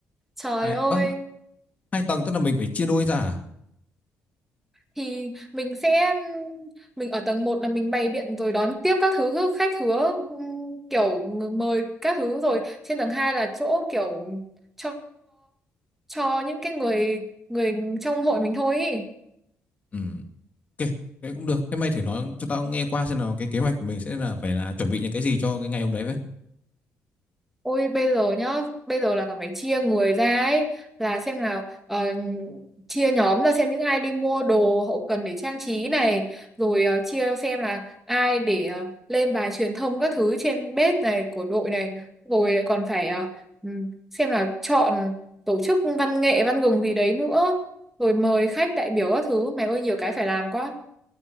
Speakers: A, in the centre; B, on the left (about 30°).
A: Trời
B: Hai
A: ơi,
B: ơ, hai tầng tức là mình phải chia đôi ra à?
A: thì mình sẽ mình ở tầng một là mình bày biện rồi đón tiếp các thứ khách hứa ừm, kiểu mời các thứ rồi trên tầng 2 là chỗ kiểu cho cho những cái người người trong hội mình thôi ý.
B: Ừ. Ok, thế cũng được. Thế mày thử nói cho tao nghe qua xem nào cái kế hoạch của mình sẽ là phải là chuẩn bị những cái gì cho cái ngày hôm đấy vậy.
A: Ôi bây giờ nhá, bây giờ là còn phải chia người ra ấy, là xem nào ờ, chia nhóm ra xem những ai đi mua đồ hậu cần để trang trí này, rồi ờ, chia xem là ai để ờ, lên bài truyền thông các thứ trên page này của đội này, rồi còn phải ờ, ừm, xem là chọn tổ chức văn nghệ văn gừng gì đấy nữa, rồi mời khách đại biểu các thứ, mày ơi nhiều cái phải làm quá.